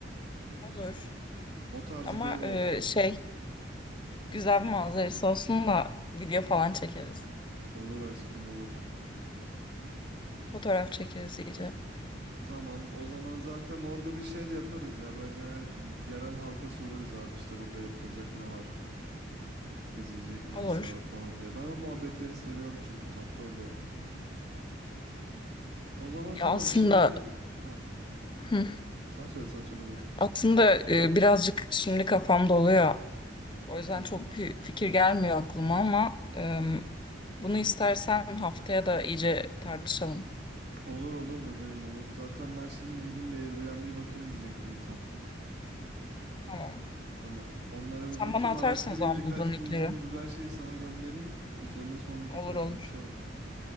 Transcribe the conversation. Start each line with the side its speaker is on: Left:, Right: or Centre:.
Left: Olur.
Right: O tarz
Left: Ama
Right: bir ev olsun.
Left: e, şey güzel bir manzarası olsun da video falan çekeriz.
Right: Olur aşkım olur.
Left: Fotoğraf çekeriz iyice.
Right: Tamam, o zaman zaten orada bir şey de yaparız ya. Böyle genel yerel halka sorarız abi işte burada yapılacak ne var, gezilecek neresi
Left: Olur.
Right: var falan diye. Ben o muhabbetleri seviyorum çünkü tatlı oluyor. O zaman
Left: Ya
Right: tamam
Left: aslında
Right: şimdi... Ha,
Left: Hı.
Right: sen söyle sen söyle buyur.
Left: Aslında e, birazcık şimdi kafamda oluyor. O yüzden
Right: Hı hı.
Left: çok bir fikir gelmiyor aklıma ama e, bunu istersen haftaya da iyice tartışalım.
Right: Olur olur bebeğim olur. Zaten ben şimdi gideyim bir Airbnb bakayım diyecektim tam.
Left: Tamam.
Right: Hani onlara
Left: Sen
Right: bir bakayım
Left: bana atarsın
Right: araştırayım
Left: o zaman
Right: birkaç
Left: bulduğun linkleri.
Right: bulduğum güzel şeyi sana göndereyim. Üzerine sonra tekrar
Left: Olur olur.
Right: konuşalım.